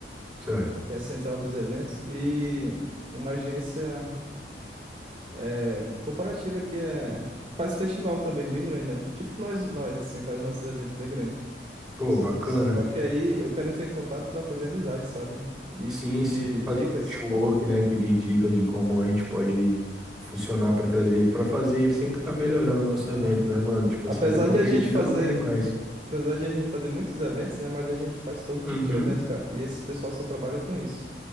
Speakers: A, in the centre; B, on the right (about 30°).
A: certo.
B: que é a central dos eventos, e uma agência é, corporativa que, é, que faz festival também bem grande, né? Tipo nós, nós assim, faz nossos eventos bem grandes.
A: Pô,
B: Só,
A: bacana.
B: só que aí eu quero entrar em contato para fazer amizade, sabe? E
A: Sim,
B: pedir
A: sim, fazer
B: dicas,
A: um network,
B: pô.
A: né? Pedir dicas de como a gente pode funcionar para trazer, para fazer, sempre tá melhorando o nosso
B: Aham.
A: evento, né, mano? Tipo
B: Apesar
A: assim, até porque
B: de a gente
A: dica
B: fazer
A: nunca é demais.
B: Apesar de a gente fazer muitos eventos, né? Mas a gente faz todo tipo
A: Uhum.
B: de evento, cara. E esse pessoal só trabalha com isso.